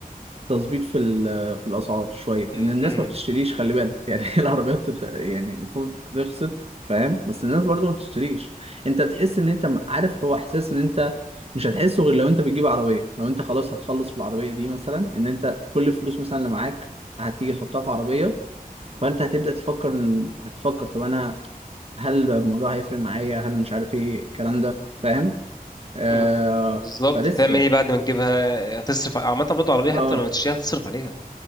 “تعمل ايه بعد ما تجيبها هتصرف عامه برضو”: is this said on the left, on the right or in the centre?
Left